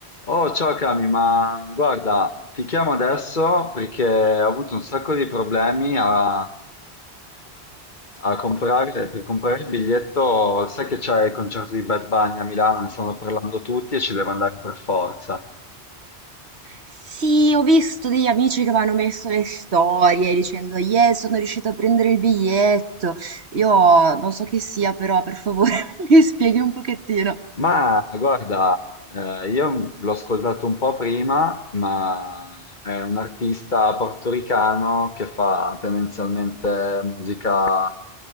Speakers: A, on the left; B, on the right.
A: Oh, ciao Cami, ma guarda, ti chiamo adesso perché ho avuto un sacco di problemi a, a comprare, per comprare il biglietto. Sai che c'è il concerto di Bad Bunny a Milano, ne stanno parlando tutti e ci devo andare per forza.
B: Sì, ho visto degli amici che mi hanno messo le storie dicendo, yeah, sono riuscito a prendere il biglietto. Io non so chi sia, però per favore <laughs> mi spieghi un pochettino.
A: Ma guarda, eh, io l'ho ascoltato un po' prima, ma è un artista portoricano che fa tendenzialmente musica,